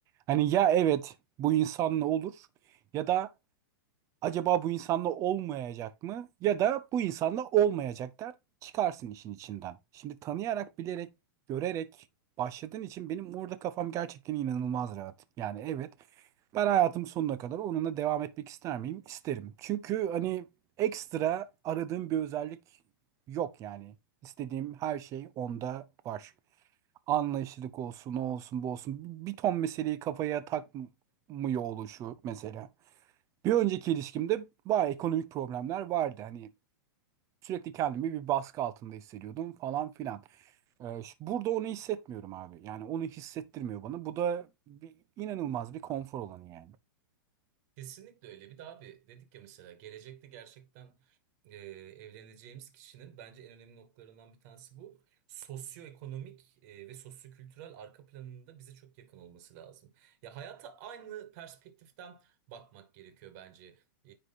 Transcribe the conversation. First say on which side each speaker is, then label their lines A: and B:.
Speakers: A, on the right; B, on the right.
A: Hani ya evet bu insanla olur ya da acaba bu insanla olmayacak mı? Ya da bu insanla olmayacak der. Çıkarsın işin içinden. Şimdi tanıyarak, bilerek, görerek başladığın için benim orada kafam gerçekten inanılmaz rahat. Yani evet ben hayatım sonuna kadar onunla devam etmek ister miyim? İsterim. Çünkü hani ekstra aradığım bir özellik yok yani. İstediğim her şey onda var. Anlayışlılık olsun, o olsun, bu olsun. Bir ton meseleyi kafaya takmıyor oluşu mesela. Bir önceki ilişkimde bayağı ekonomik problemler vardı. Hani sürekli kendimi bir baskı altında hissediyordum falan filan. Ee, şu- burada onu hissetmiyorum abi. Yani onu hissettirmiyor bana. Bu da bir, inanılmaz bir konfor olanı yani.
B: Kesinlikle öyle. Bir de abi dedik ya mesela gelecekte gerçekten e, evleneceğimiz kişinin bence en önemli noktalarından bir tanesi bu. Sosyoekonomik e, ve sosyokültürel arka planında bize çok yakın olması lazım. Ya hayata aynı perspektiften bakmak gerekiyor bence. E,